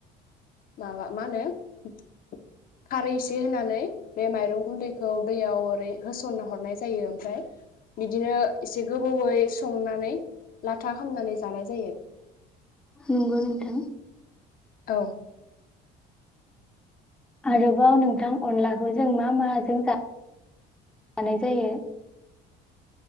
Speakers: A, on the left; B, in the centre.
A: माबा मा होनो खारै एसे होनानै बे माइरं गुन्दैखौ दैयाव ओरै होसन हरनाय जायो ओमफ्राय बिदिनो एसे गो बौैयै संनानै लाथा खामनानै जानाय जायो।
B: नंगौ नोंथां।
A: औ
B: आरोबाव नोंथां अनलाखौ जों मा माजों जानाय जायो